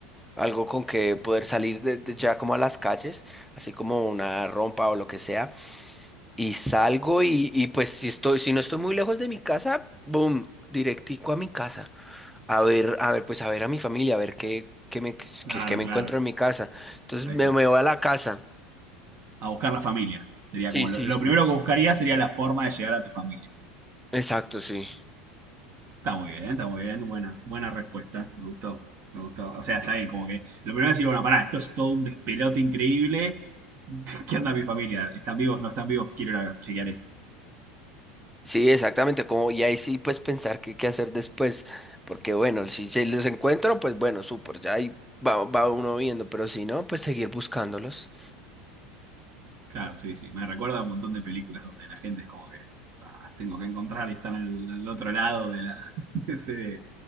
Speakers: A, in the centre; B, on the right.
A: algo con que poder salir de, de ya como a las calles, así como una rompa o lo que sea. Y salgo y, y pues si estoy, si no estoy muy lejos de mi casa, boom, directico a mi casa. A ver, a ver, pues a ver a mi familia, a ver qué, qué me, qué,
B: Claro,
A: qué me
B: claro,
A: encuentro en mi casa. Entonces
B: ahí
A: me,
B: está.
A: me voy a la casa.
B: A buscar la familia. Sería
A: Sí,
B: como lo,
A: sí,
B: lo
A: sí.
B: primero que buscaría sería la forma de llegar a tu familia.
A: Exacto, sí.
B: Está muy bien, está muy bien. Buena, buena respuesta. Me gustó, me gustó. O sea, está bien, como que lo primero es decir, bueno, pará, esto es todo un despelote increíble. <laughs> ¿Qué onda mi familia? ¿Están vivos? ¿No están vivos? Quiero ir a chequear eso.
A: Sí, exactamente, como, y ahí sí pues pensar qué, qué hacer después, porque bueno, si se los encuentro, pues bueno, súper, ya ahí va, va uno viendo, pero si no, pues seguir buscándolos.
B: Claro, sí, sí. Me recuerda a un montón de películas donde la gente es como que, ah, tengo que encontrar y están al, al otro lado de la, <laughs> de ese,